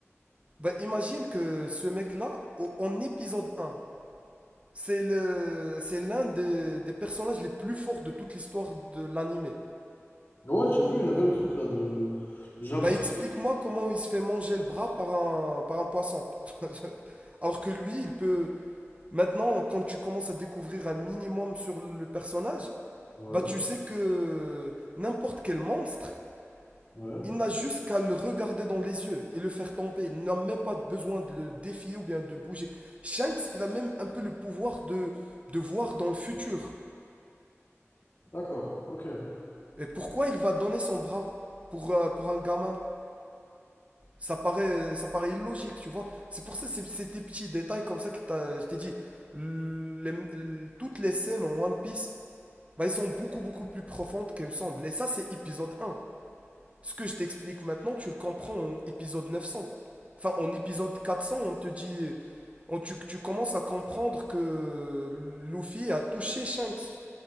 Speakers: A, on the right; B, on the left.
A: Bah, imagine que ce mec-là, au- en épisode 1, C'est le, c'est l'un des, des personnages les plus forts de toute l'histoire de l'anime.
B: Ouais, j'ai vu, il y avait le truc là de. J'ai l'impression
A: Bah explique-moi
B: que.
A: comment il se fait manger le bras par un, par un poisson. <laughs> Alors que lui, il peut... Maintenant, quand tu commences à découvrir un minimum sur le personnage,
B: Ouais,
A: bah tu sais que n'importe quel monstre,
B: ouais.
A: il n'a juste qu'à le regarder dans les yeux et le faire tomber. Il n'a même pas besoin de le défier ou bien de bouger. Shanks, il a même un peu le pouvoir de, de voir dans le futur.
B: D'accord, ok.
A: Mais pourquoi il va donner son bras pour, euh, pour un gamin? Ça paraît, ça paraît illogique, tu vois. C'est pour ça, c'est c'est des petits détails comme ça que t'as- je t'ai dit. Les- les- toutes les scènes en One Piece, bah, elles sont beaucoup, beaucoup plus profondes qu'elles me semblent. Et ça, c'est épisode un. Ce que je t'explique maintenant, tu le comprends en épisode 900. Enfin, en épisode 400 on te dit... on- tu, tu commences à comprendre que Luffy a touché Shanks.